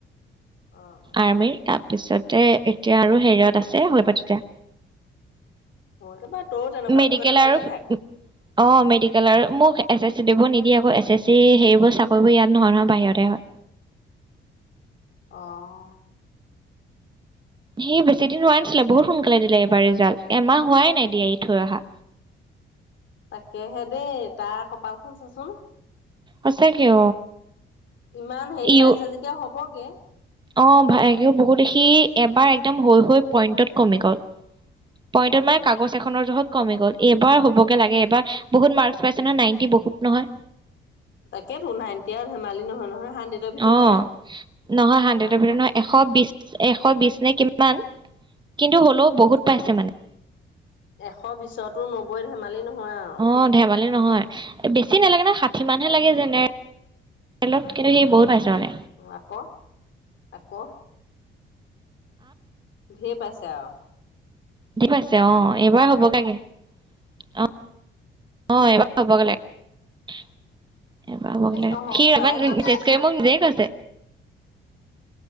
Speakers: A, on the left; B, on the right.
A: অ'
B: আৰ্মিৰ ত। তাৰ পিছতে এতিয়া আৰু হেৰিয়ত আছে হৈ প তেতিয়া।
A: অ' হৈ যাবা তইও তেনেকুৱা
B: মেডিকেল
A: বুকতে লাগি
B: আৰু
A: থাক।
B: অ মেডিকেল আৰু মোক। এছ এছ চি দিবোৰ নিদিয়ে আকৌ এছ এছ চি হেৰিবোৰ চাকৰিবোৰ ইয়াত নহয়, নহয় বাহিৰতে হয়।
A: অহঁ।
B: সেই বেছি দিন হোৱা নাছিলে বহুত সোনকালে দিলে এইবাৰ ৰিজাল্ট এমাহ হোৱাই নাই দিয়া ই থৈ অহা।
A: তাকেহে দেই তাৰ কপালখন চাচোন।
B: আছোক অ।
A: ইমান হেৰি
B: ইউ
A: পাইছে যেতিয়া হ'ব। গে।
B: অ ভ বহুত দেখি এবাৰ একদম হৈ হৈ পইণ্টত কমি গ'ল। পইণ্টৰ
A: উম,
B: মানে কাগজ এখনৰ যত। কমি গ'ল এইবাৰ হ'ব। লাগে এবাৰ বহুত মাৰ্ক। নাইনটি বহুত নহয়।
A: তাকেতো নাই এতিয়া আৰু ধেমালি নহয় নহয়। হাণ্ড্ৰেডৰ ভিতৰত
B: অ
A: নে?
B: নহয় হাড্ৰেডৰ
A: আকৌ
B: ভিতৰত নহয় এশ বিশ। এশ বিশ নে কিমান কিন্তু হল। বহুত পাইছে
A: অ'
B: মানে।
A: এশ বিশছতো নব্বৈ ধেমালি নহয়। আৰু।
B: অ ধেমালি নহয় বেছি নালাগে ন ষাঠি
A: উম।
B: মানহে লাগে যেনে। লত কিন্তু সি বহুত পাইছে মানে।
A: উ আকৌ আকৌ। ধিৰ পাইছে আও।
B: স দি পাইছে অ এইবাৰ হ'বলাগে অ আহ এইবাৰ হব লাগে এইবাৰ হব লাগে
A: অ হওক
B: সি
A: পাই কষ্ট
B: তেজ কৰি মোক নিজেই কৈছে।